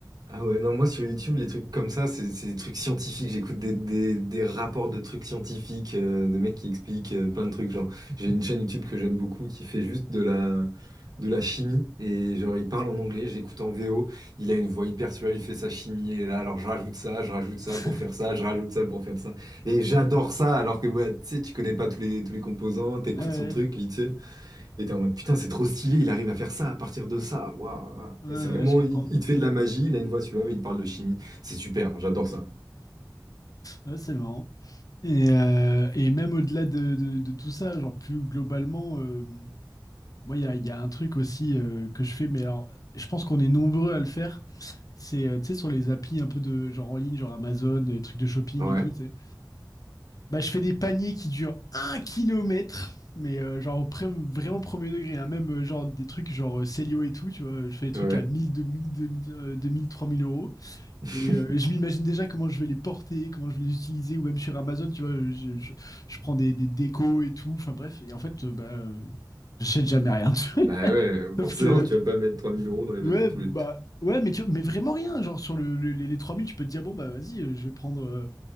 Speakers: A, on the right; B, on the left.
A: Ah ouais, non, moi sur YouTube, les trucs comme ça, c'est c'est des trucs scientifiques. J'écoute des, des, des rapports de trucs scientifiques, euh, de mecs qui expliquent euh, plein de trucs. Genre, j'ai une chaîne YouTube que j'aime beaucoup qui fait juste de la, de la chimie. Et genre, il parle en anglais, j'écoute en VO. Il a une voix hyper suave, il fait sa chimie. Et là, alors je rajoute ça, je rajoute ça
B: <laughs>
A: pour faire ça, je rajoute ça pour faire ça. Et j'adore ça, alors que bah, tu sais, tu connais pas tous les, tous les composants, t'écoutes
B: Ouais,
A: son truc, vite fait. Et t'es en mode, putain, c'est trop stylé, il arrive à faire ça à partir de ça. Waouh.
B: ouais,
A: Et c'est vraiment,
B: ouais, je comprends.
A: il, il te fait de la magie, il a une voix suave et il te parle de chimie. C'est super, j'adore ça.
B: Ouais, c'est marrant. Et, euh, et même au-delà de, de- de tout ça, genre plus globalement, euh, moi, il y a, il y a un truc aussi euh, que je fais, mais alors, je pense qu'on est nombreux à le faire. C'est, euh, tu sais, sur les applis un peu de genre en ligne, genre Amazon, les trucs de shopping
A: Ouais,
B: et tout, tu sais. Bah, je fais des paniers qui durent un kilomètre, mais euh, genre au pré- vraiment premier degré, hein. Même euh, genre des trucs genre euh, Célio et tout, tu vois. Je fais des trucs
A: ouais.
B: à 1000, 2000, 2000, euh, deux mille, trois mille euros.
A: <laughs>
B: Et, euh, et je m'imagine déjà comment je vais les porter, comment je vais les utiliser, ou même sur Amazon, tu vois, je, je- je prends des, des décos et tout, enfin bref, et en fait, euh, bah, euh, j'achète jamais rien. <laughs> tu vois.
A: Bah ouais, forcément,
B: Sauf que,
A: tu vas pas mettre 3000 euros dans les
B: ouais,
A: vêtements tous
B: bah,
A: les...
B: ouais, mais, tu, mais vraiment rien, genre sur le, le- les, les 3000 tu peux te dire, bon, bah vas-y, euh, je vais prendre, euh,